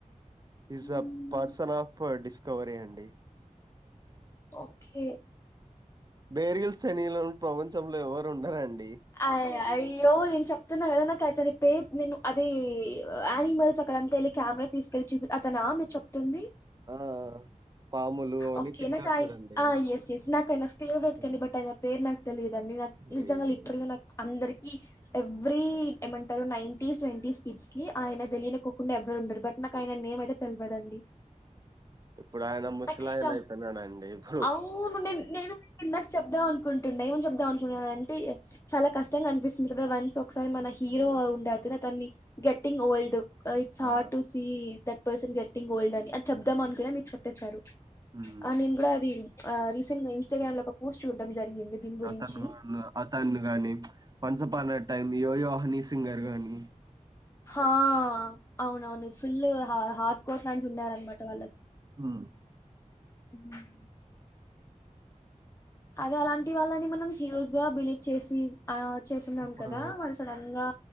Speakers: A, on the right; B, on the left.
A: is
B: hmm,
A: a person of dis discovery అండి
B: ఓకే
A: బేర్గిల్ తెలియని ప్రపంచంలో ఎవరు ఉండారంాండి
B: అయ అయ్యో నేను చెప్ప అన్నా కదా నాకు అతని పేర్ నేను అదే ఆనిమల్స్ అక్కడంతా వెళ్ళి కెమెరా తీసుకెళ్లి చూపి అతను ఆ మీరు చెప్తుంది
A: ఆ పాములు అవన్నీ
B: ఓకే
A: తింటారు
B: నాకు ఆయన
A: చూడండి.
B: ఎస్ ఎస్ నాకుయన ఫేవరెట్
A: హ్మ్.
B: కని బట్ ఆయన పేరు నాకు తెలియదన్ని నిజంగా
A: అయ్యయ్యో!
B: లిత్రలి అందరి ఎవ్రీ ఏమంటారు నైంటీస్ ట్వంటీ స్ిట్స్ కి ఆయన తెలియకోకుండా ఎవ్వరు ఉండరు బట్ నాకయినా నేమ్ అయితే తెలియదండి
A: ఇప్పుడు ఆయన ముసలాయన
B: నాకు ఇష్టం
A: అయిపోయినాడండి ఇప్పుడు.
B: అవును నేను ఇన్దాక చెప్దాం అనుకుంటుండే ఏమం చెప్దాం అనుకుున్న అంటే చాలా కష్టంగా కనిపిస్తుంది కదా వన్స్ ఒకసారి మన హీరో
A: ఆ!
B: ఉండే అతన్ని గెట్టింగ్ ఓల్డ్ ఇట్స్ Hard
A: ఆ!
B: to see that person getting old అని అని చెప్దాం
A: హ్మ్.
B: అనుకునే మీకు చెప్పసారు
A: హ్మ్.
B: ఆ నేను కూడా అది ఆ రీసెంట్ ఇస్టాగ్రామ్ లో ఒక పోస్ట్ చూడడం జరిగింది దీని గురించి
A: అతను అతను గాని వన్స్ అప్ ఆన్ ఎ టైం యో యోహని సింగర్ నీ
B: హా అవునవును ఫుల్ హార్డ్ కోర్ ఫ్యాన్స్ ఉండారనమాట వాళ్ళకి
A: ఆ
B: ఉమ్. అదే అలాంటి వాళ్ళని మనం హీరోస్ గా బిలీవ్ చేసి ఆ చేస్తున్నాం
A: ఇప్పుడు
B: కదా మళ్ళ సడన్ గా